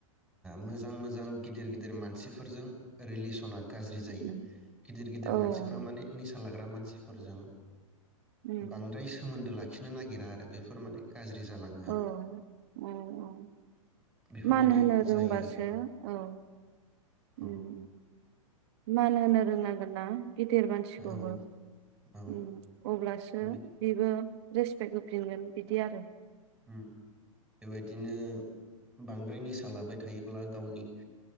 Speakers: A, in the centre; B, on the right (about 50°).
A: मोजां मोजां गिदिर गिदिर मानसिफोरजों रिलिस सना गाज्रि जायो
B: उम
A: गिदिर गिदिर
B: औ
A: मानसिफ्रा
B: नंगौ
A: माने निसा लाग्रा मा मानसिफोरजों
B: उम
A: बांद्राय सोमोन्दो ला लाखिनो नागिरा आरो बेफोर माने गाज्रि जालाङो
B: औ औ औ
A: बेफोरबायदि
B: मान होनो रोंबासो
A: जायो आरो
B: औ।
A: औ।
B: उम मान होनो रोंनांगोन ना गेदेर मानसिखौबो
A: औ औ
B: उम अब्लासो
A: बे
B: बेबो रेसपेक्ट होफिनगोन बिदि आरो।
A: उम बेबाय बिदिनो बांद्राय निसा लाबाय थायोब्ला गावनि